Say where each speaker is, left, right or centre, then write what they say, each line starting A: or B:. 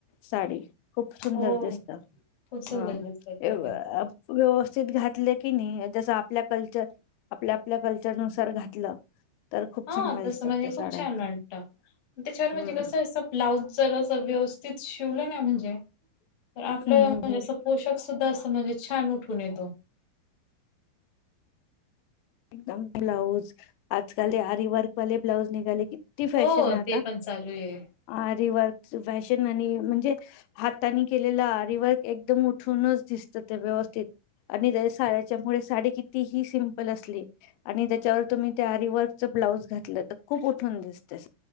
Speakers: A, on the left; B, on the left.
A: साडी खूप सुंदर
B: हो
A: दिसतात.
B: खूप सुंदर
A: ह
B: दिसतात त्या
A: <unintelligible>
B: तर.
A: <unintelligible> घातले की ने जस आपल्या कल्चर आपल्या आपल्या कल्चर नुसार घातलं तर खूप
B: हा
A: चांगल्या
B: तस
A: दिसतात
B: म्हणजे
A: त्या
B: खूप
A: साड्या
B: छान वाटतं. त्याच्यावर म्हणजे
A: हम्म
B: कसं असं ब्लाउज जरा अस व्यवस् तेच शिवलं ना म्हणजे आपलं
A: हम्म
B: म्हणजे
A: हम्म हम्म
B: असं पोषक्स तस म्हणजे छान उठून येतो.
A: <inaudible> ब्लाऊज आज काल ते आरी वर्क वाले ब्लाउज नि झाले किती फॅशन
B: हो
A: हाय आता
B: ते पण चालू आहे.
A: आरे व फॅशन आणि म्हणजे हातानी केलेला आरी वर्क एकदम उठूनच दिसतं ते व्यवस्थित आणि जर साड्याच्यामुळे साडी कितीही सिमपल असु ली आणि ज्याच्यावर तुम्ही त्या आरी वर्क च ब्लाज घातलं तर खूप उठून दिसतेचं.